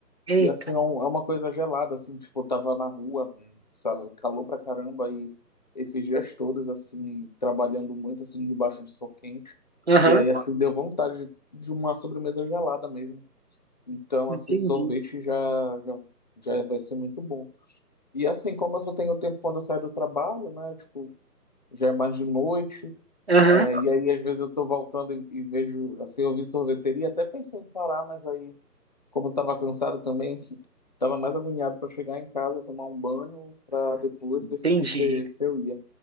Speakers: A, on the right (about 40°); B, on the left (about 25°).
A: Eita.
B: E assim, é um- é uma coisa gelada, assim, tipo, eu tava na rua, sabe, calor pra caramba, e esses dias todos, assim, trabalhando muito, assim, debaixo de sol quente.
A: Aham.
B: E aí, assim, deu vontade de, de uma sobremesa gelada mesmo. Então,
A: Entendi.
B: assim, sorvete já, já, já vai ser muito bom. E assim, como eu só tenho tempo quando eu saio do trabalho, né, tipo, já é mais de noite.
A: Aham,
B: É, e aí, às vezes, eu tô voltando e, e vejo, assim, eu vi sorveteria, até pensei em parar, mas aí, como eu tava cansado também, <laughs> tava mais agoniado para chegar em casa, tomar um banho, para depois
A: entendi.
B: decidir se, se eu ia.